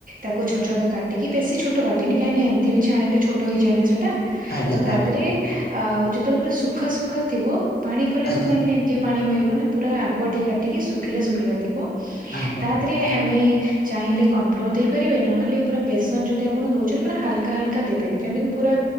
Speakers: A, on the right (about 45°); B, on the left (about 55°).
A: ତାକୁ ଛୋଟ ଛୋଟ କାଟିକି ବେଶି ଛୋଟ କାଟେନି କାହିଁକି ନା ଏମିତି ବି ଛାଣିଲେ ଛୋଟ ହେଇଯାଏନା ସେଟା।
B: ଆଜ୍ଞା ଆଜ୍ଞା।
A: ଏ ଯେତେବେଳେ ପୁରା ସୁଖା ସୁୁଖା ଥିବ ପାଣି କଲେ
B: ଆଜ୍ଞା
A: ତ କାହିଁକି ନା ଏମିତି ପାଣି ବାହାରିବ ନା ପୁରା ଆଗୁଆ ଟିକେ କାଟିକୀ ଶୁଖିଲା ଶୁଖିଲା ଥିବ
B: ଆଜ୍ଞା
A: ତା ଦେ ତେ ଆମେ ଚାହିଁଲେ କନଫ୍ଲୋର ଦେଇ ପାରିବେ ନହେଲେ ପୁରା ବେଶ୍ ମାନେ ଯଦି ଆପଣ ଦଉଚନ୍ତି ପୁରା ହାଲକା ହାଲକା ଦେବେ ଯେ ପୁରା